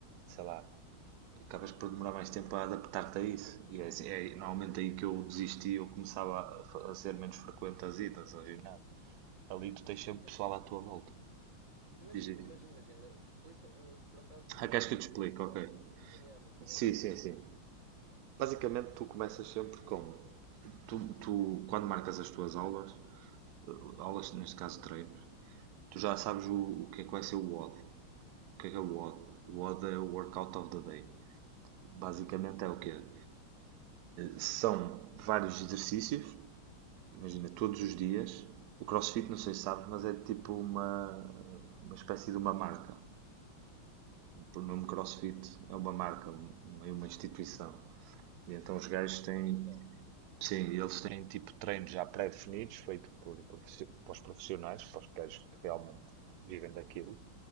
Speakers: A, on the right (about 80°); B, on the right (about 35°).
A: sei lá acabas por demorar mais tempo a adaptar-te a isso. E é, assim- é normalmente aí que eu desisti, eu começava a, fa- a ser menos frequente as idas ao ginásio. Ali
B: Sim.
A: tu tens sempre
B: Mas,
A: pessoal à tua volta.
B: mas,
A: Diz aí.
B: mas imagina, explica, eu por acaso não
A: Ah,
B: estou
A: queres que eu te explique?
B: não estou bem.
A: Ok.
B: Sim, é, não estou
A: Sim,
B: bem por
A: sim,
B: dentro.
A: sim. Basicamente tu começas sempre com... Tu, tu, quando marcas as tuas aulas, aulas neste caso treinos, tu já sabes o, o que é que vai ser o WOD. O D. O que é que é o WOD? O WOD é o Workout of the Day. Basicamente
B: Hum,
A: é o quê? São vários exercícios Imagina, todos os dias, o CrossFit, não sei se sabes, mas é tipo uma, uma espécie de uma marca. O nome CrossFit é uma marca, meio uma instituição. E então
B: hum,
A: os gajos
B: não tinha
A: têm,
B: noção.
A: sim, eles têm tipo treinos já pré-definidos, feito por, profe- para os profissionais, para os gajos que realmente vivem daquilo.